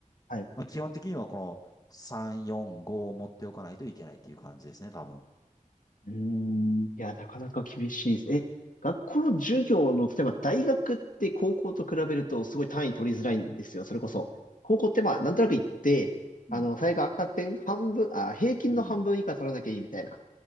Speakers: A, on the left (about 75°); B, on the left (about 25°).
A: はい
B: まあ、基本的にはこの3、4、5を持っておかないといけないっていう感じですね、多分。
A: うーん。いや、なかなか厳しいです。え、学校の授業の、例えば大学って高校と比べるとすごい単位取りづらいんですよ。それこそ。高校ってまあ、なんとなく行って、
B: うん。
A: あの、最悪赤点半分、あ、平均の半分以下取らなきゃいいみたいな
B: うん。